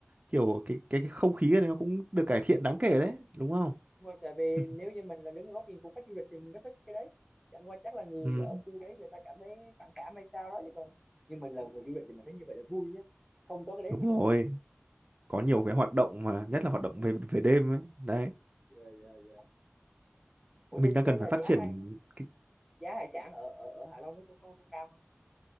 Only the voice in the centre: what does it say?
Vâng, tại vì
nếu như mình là đứng ở góc nhìn của khách du lịch thì mình rất thích cái đấy chẳng qua chắc là người
ở khu đấy người ta cảm thấy phản cảm hay sao đó chứ còn nhưng mình là người du lịch thì mình thấy như vậy là vui nhé không có cái đấy
mới
không vui
dạ dạ dạ ủa
thế,
thế
là
giá
hải
giá hải sản ở ở ở Hạ Long nó có có, có cao không